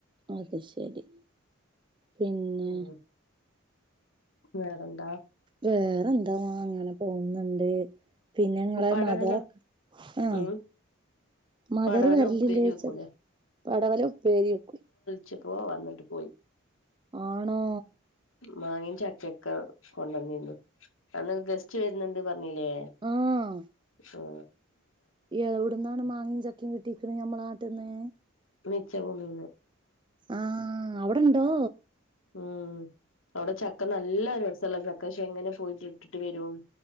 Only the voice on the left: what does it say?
ഉം വേറെന്താ
പടവലം
ഉം
പടവലം
ഉപ്പേരി വെക്കൂലേ
ച്ചപ്പോ വന്നട്ട് പോയി.
മാങ്ങേം ചക്കേക്ക കൊണ്ടന്നിരുന്നു കാരണം ഗസ്റ്റ് വരുന്നിണ്ട് പറ ഞ്ഞിലേ
ആ
മിച്ചഭൂമീന്ന്.
ഉം അവിടെ ചക്ക നല്ല രസല്ല ചക്ക. പക്ഷെ എങ്ങനെ പോയിട്ട് ഇട്ടിട്ട് വരും